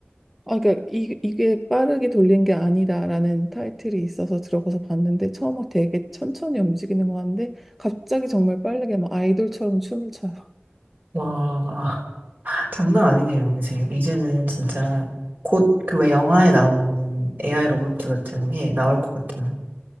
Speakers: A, in the centre; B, on the right.
A: 아, 그러니까 이, 이게 빠르게 돌린 게 아니다라는 타이틀이 있어서 들어가서 봤는데 처음 막 되게 천천히 움직이는 거 하는데 갑자기 정말 빠르게 막 아이돌처럼 춤을 춰요.
B: 와, <laughs> 장난 아니네요, 이제. 이제는 진짜 곧 그 왜 영화에 나오는 AI 로봇 같은 게 나올 것 같아요.